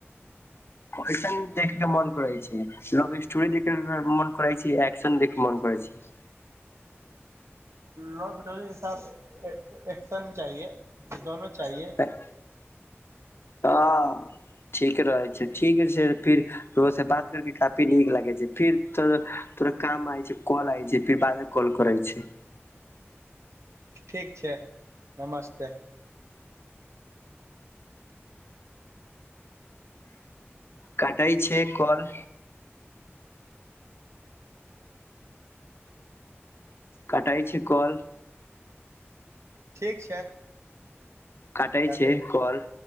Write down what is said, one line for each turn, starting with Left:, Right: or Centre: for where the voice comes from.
Left: कैसन देखै केँ मन करै छै लभ स्टोरी देख मे <unintelligible> मन कर छै एक्शन देख मन कर छै
Right: लव स्टोरी कँ साथ एकशन चाहिए दनो चाहिए
Left: छै हँ ठीक रहै छै ठीक छै फिर ककरो से बात करके काफी नीक लागे छै फिर तो थोरा काम आय छै कॉल आय छै फिर बाद मे कॉल करै छी
Right: ठीक छै नमस्ते
Left: काटैय छै कॉल काटैय छै कॉल
Right: ठीक छै
Left: कटाइ
Right: काटि
Left: छै कॉल